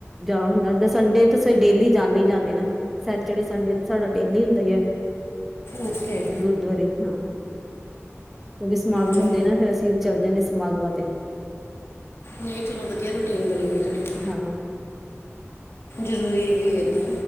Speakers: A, in the centre; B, on the left.
A: ਜਾ ਹੁੰਦਾ ਦ ਸੰਡੇ ਤੇ ਫੇਰ ਡੇਲੀ ਜਾਂਨੇ ਈ ਜਾਂਨੇ ਨਾ। ਸੈਚਰਡੇ, ਸੰਡੇ ਤੇ ਸਾਡਾ ਡੇਲੀ ਹੁੰਦਾ ਈ ਆ।
B: ਓਕੇ।
A: ਗੁਰਦਵਰੇ ਹਾਂ ਕਿਉਂਕਿ ਸਮਾਗਮ
B: ਚਲੋ
A: ਹੁੰਦੇ ਨਾ, ਫੇਰ ਅਸੀਂ ਚੱਲ ਜਾਂਨੇ ਸਮਾਗਮਾਂ ਤੇ।
B: ਨ‌ਈ ਚਲੋ ਵਧੀਆ ਰੂਟੀਨ ਬਣੀ ਹੋਈ ਤੁਆਡੀ ਤਾਂ।
A: ਹਾਂ
B: ਜ਼ਰੂਰੀ ਵੀ ਏ ਤਾਂ।